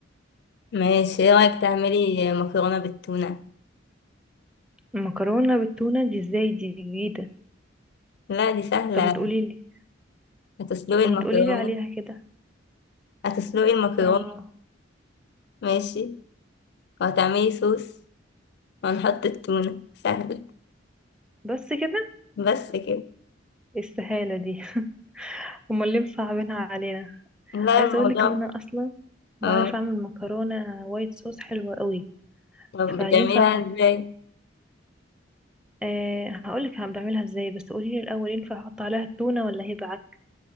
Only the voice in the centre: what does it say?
المكرونه بالتونه دي ازاي دي جديده
طب ما تقوليلي
طب
ما تقوليلي عليها كده
اه
بس كده
إيه السهاله دي <laughs> امال ليه مصعبينها علينا
عايزه
اقولك ان انا اصلا بعرف
اعمل مكرونه وايت صوص حلوه قوي
فينفع
احط
أه هقولك هعم- بعملها ازاي بس قوليلي الاول ينفع احط عليها التونه ولا هيبقى عك